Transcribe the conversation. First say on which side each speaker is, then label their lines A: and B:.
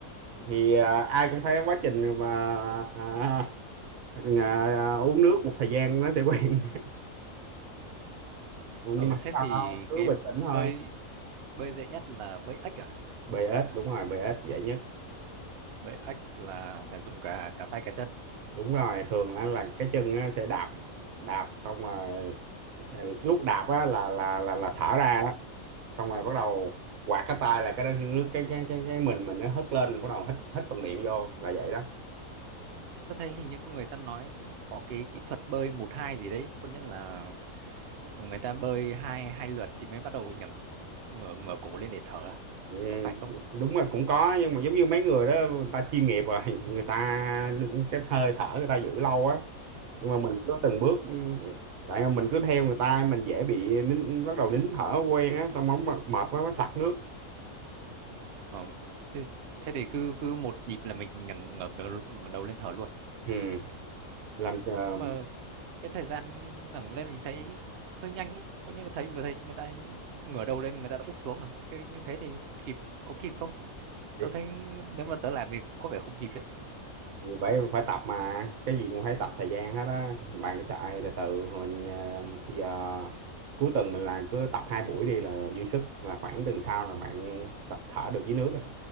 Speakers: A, on the right; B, on the right.
A: thì ờ, ai cũng phải quá trình và ờ, ờ, uống nước một thời gian nó sẽ quen Ừ,
B: Ờ
A: nhưng mà
B: thế
A: không sao
B: thì
A: đâu cứ
B: cái
A: bình tĩnh thôi
B: bơi bơi dễ nhất là bơi ếch à?
A: bê ếch đúng rồi bê ếch dễ nhất
B: Bơi ếch là phải dùng cả cả tay cả chân.
A: đúng rồi thường là, là cái chân á, sẽ đạp đạp xong rồi à, lúc đạp á, là là là là thở ra đó xong rồi bắt đầu quạt cái tay là cái nước cái cái cái, cái mình mình nó hất lên bắt đầu hít hít bằng miệng vô là vậy đó
B: Tớ thấy hình như có người ta nói có cái kỹ thuật bơi một hai gì đấy, có nghĩa là người ta bơi hai hai lượt thì mới bắt đầu nhấc ngửa ngửa cổ lên để thở à?
A: ừ,
B: Có phải không?
A: đúng là cũng có nhưng mà giống như mấy người đó người ta chuyên nghiệp rồi <laughs> người ta cái hơi thở người ta giữ lâu á nhưng mà mình cứ từng bước tại mà mình cứ theo người ta mình dễ bị nín, bắt đầu nín thở quen á xong rồi mệt quá mới sặc nước
B: Ờ. Thế thế thì cứ cứ một nhịp là mình nhấc ngẩng đầu, ngẩng đầu lên thở luôn.
A: ừ. làm ờ,
B: Mà cái thời gian ngẩng lên mình thấy hơi nhanh ấy có những cái thấy vừa thấy người ta ngửa đầu lên người ta đã úp xuống rồi cái như thế thì kịp có kịp không
A: thì
B: tớ thấy nếu mà tớ làm thì có vẻ không kịp đấy
A: thì bởi phải tập mà cái gì cũng phải tập thời gian hết á bạn sợ thì từ từ mình ờ, bây giờ cuối tuần mình làm cứ tập hai buổi đi là dư sức là khoảng tuần sau là bạn tập thở được dưới nước à